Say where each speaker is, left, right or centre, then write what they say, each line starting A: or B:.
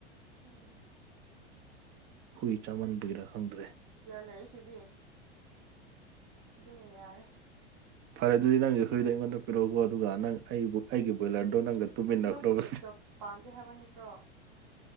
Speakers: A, on the right; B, on the right.
A: ꯎꯝ
B: ꯍꯨꯏ ꯆꯥꯃꯟꯕꯒꯤꯔ ꯈꯪꯗ꯭ꯔꯦ
A: ꯂꯩꯁꯤꯗꯤ ꯑꯗꯨꯅ ꯌꯥꯔꯦ
B: ꯐꯔꯦ ꯑꯗꯨꯗꯤ ꯅꯪꯒꯤ ꯍꯨꯏꯗꯣ ꯑꯩꯉꯣꯟꯗ ꯄꯤꯔꯛꯎꯀꯣ ꯑꯗꯨꯒ ꯅꯪ ꯑꯩꯕꯨ ꯑꯩꯒꯤ ꯕꯣꯏꯂꯔꯗꯣ ꯅꯪꯒ ꯇꯨꯃꯤꯟꯅꯈ꯭ꯔꯣꯕ
A: ꯅꯪ ꯄꯣꯀꯦꯠꯗꫭꯛ ꯄꯥꯝꯗꯦ ꯍꯥꯏꯕ ꯅꯠꯇ꯭ꯔꯣ